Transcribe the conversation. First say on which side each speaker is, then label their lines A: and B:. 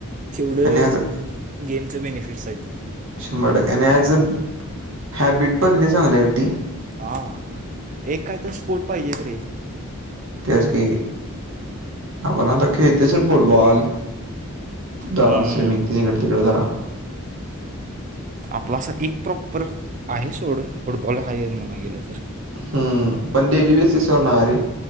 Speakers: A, on the right; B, on the right.
A: तेवढं
B: आणि ॲज
A: गेमचे बेनिफिट्स आहेत.
B: शंभर टक्के आणि ऍज हॅबिट पण लई चांगल्याती.
A: हा एक काय तर स्पोट पाहिजेेत रे.
B: तेच की आपण आता खेळतेच फुटबॉल जरा
A: हम्म
B: स्विमिंग इकडे तिकडे जरा
A: आपला असा एक प्रॉपर आहे सोड फुटबॉल हाय म्हणा गेलं तर.
B: हम्म, पण डेलि वेसीस वर ना रे.